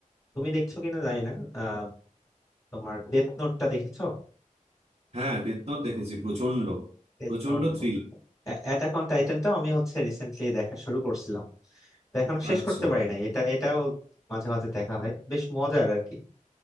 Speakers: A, on the left (about 25°); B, on the right (about 50°).
A: তুমি দেখছো কিনা জানি না আহ তোমার ডেথ নোটটা দেখেছো
B: হ্যাঁ ডেথ নোট দেখেছি প্রচন্ড
A: Death
B: প্রচন্ড
A: note
B: থ্রিল
A: অ্যাটাক অন টাইটানটাও আমি হচ্ছে রিসেন্টলি দেখা শুরু করছিলাম তো এখনো শেষ
B: আচ্ছা
A: করতে পারি নাই এটা এটাও মাঝে মাঝে দেখা হয় বেশ মজার আর কি